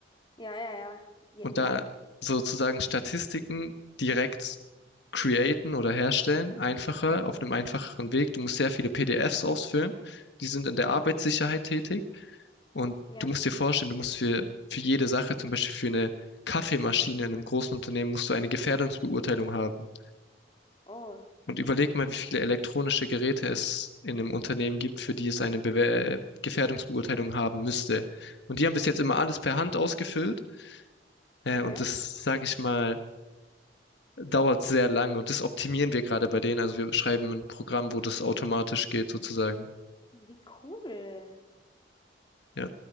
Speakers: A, on the left (about 25°); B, on the left (about 70°).
A: Ja, ja, ja. Jeden
B: Und da
A: Tag.
B: sozusagen Statistiken direkt createn oder herstellen, einfacher, auf einem einfacheren Weg. Du musst sehr viele PDFs ausfüllen, die sind in der
A: Okay.
B: Arbeitssicherheit tätig und
A: Ja.
B: du musst dir vorstellen, du musst für, für jede Sache, zum Beispiel für eine Kaffeemaschine in einem großen Unternehmen, musst du eine Gefährdungsbeurteilung haben.
A: Oh.
B: Und überleg mal, wie viele elektronische Geräte es in einem Unternehmen gibt, für die es
A: Eben.
B: eine Bewer Gefährdungsbeurteilung haben müsste. Und die haben bis jetzt immer alles per Hand ausgefüllt. Äh,
A: Okay.
B: und das, sage ich mal, dauert sehr lang und das optimieren wir gerade bei denen. Also wir schreiben ein Programm, wo das automatisch geht, sozusagen.
A: Wie cool.
B: Ja.